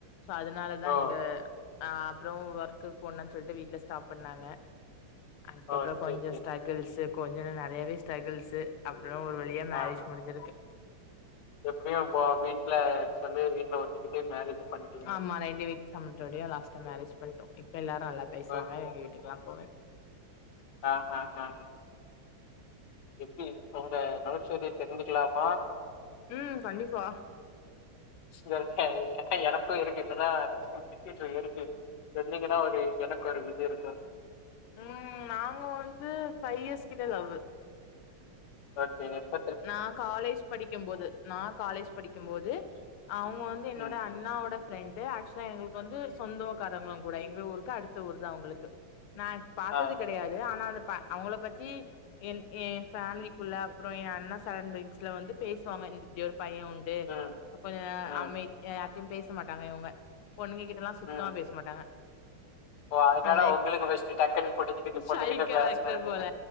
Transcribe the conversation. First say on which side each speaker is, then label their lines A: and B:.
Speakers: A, on the left; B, on the left.
A: சோ அதனாலதா
B: ஓ!
A: இங்க ஆ அப்றோ ஒர்க்கக்கு போனான்னு சொல்லிட்டு வீட்ல ஸ்டாப் பண்ணாங்க அதுக்கப்றோ
B: ஓ
A: கொஞ்ச
B: சேரி சேரி
A: ஸ்ட்ரகள்ஸ்சு
B: சேரி
A: கொஞ்ச இல்ல நிறையாவே ஸ்ட்ரகள்ஸ்சு அப்றோ ஒரு வ ழியா மேரேஜ்
B: ஆ
A: முடிஞ்சிருக்கு
B: எப்டியு இப்ப வீட்ல சொல்லி வீட்ல ஒத்துகிட்டு மேரேஜ் பண்ணிட்டீங்க
A: ஆமா ரெண்டு வீட்டு சம்மண்டோடையு லாஸ்டா மேரேஜ் பன்ட்டோ இப்ப எல்லாரு நல்லா பேசுவாங்க
B: ஓகே
A: எங்க
B: ஓகே
A: வீட்டுக்குல்லா போவே
B: ஆ ஆ ஆ எப்டி உங்க லவ் ஸ்டோரிய தெரிஞ்சுக்கலாமா
A: ம் கண்டிப்பா
B: சரி ஏன்னா எனக்கு இருக்கு இப்பதா ட்டு ஏறிட்டு இருக்கு சொன்னீங்ன்னா ஒரு எனக்கு ஒரு இது இருக்கு
A: ம் நாங்க வந்து ஃபைவ் இயர்ஸ் கிட்ட லவு
B: ஓகே எப்ப
A: நா காலேஜ் படிக்கு போது நா காலேஜ் படிக்கு போது அவங்க வந்து என்னோட
B: ம்
A: அன் ண்ணாவோட ஃப்ரெண்டு ஆக்சுவலா எங்களுக்கு வந்து சொந்த காரங்களு கூட எங்க ஊருக்கு அடுத்த ஊர் தா அவங்களுக்கு ந பாத்தது
B: ஆ
A: கிடையாது ஆனா அந்த ப அவங்கள பத்தி என் ஏ ஃபேமிலிக்குள்ள அப்றோ ஏ அண்ணா சரவுண்டிங்ஸ்ல வந்து பேசுவாங்க இந்த இப்டி ஒரு பைய உண்டு
B: ம்
A: கொஞ்ச
B: ம்
A: அமைதி யார்டயும் பேச மாட்டாங்க இவங்க பொண்ணுங்க கிட்ட எல்லா சுத்தமா
B: ம்
A: பேச மாட்டாங்க
B: ஓ அதனால
A: மேக்
B: உங்களுக்கு பெஸ்ட்டு டக்குன்னு புடிச்சுக்கிட்டு பொண்ணுகிட்ட
A: சை கேரக்டர்
B: பேசணும்னு
A: போல